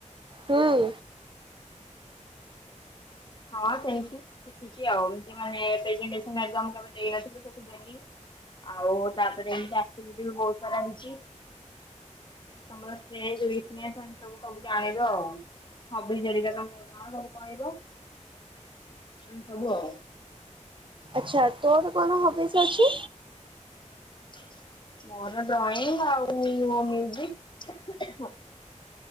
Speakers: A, on the right (about 40°); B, on the left (about 40°).
A: ହୁଁ।
B: ହଁ ସେମିତି ଶିଖିଛି ଆଉ ଏମତି ମାନେଡେଜିନେସନ ଏଗଜାମ ଦେଇନଥିଲୁୁ। ଆଉ ତାପରେ ଏମତି ଆକଟିଭିଟି ଭ ବହୁତ ସାରା ହେଇଛି। ତମର ସ୍ନେକନେସ୍ ଏମ ସବୁ ସବୁ ଜାଣିବ ଆଉ। ହବିଜ ହେରିକା ତମର କଣ ସବୁ କହିବ। ଉ ସବୁ ଆଉ।
A: ଆଛା ତୋର କଣ ହବିସ ଅଛି।
B: <unintelligible> ମୋର ଡ୍ରଇଂ ଆଉ-ଉ-ଉ-ଉ। <unintelligible>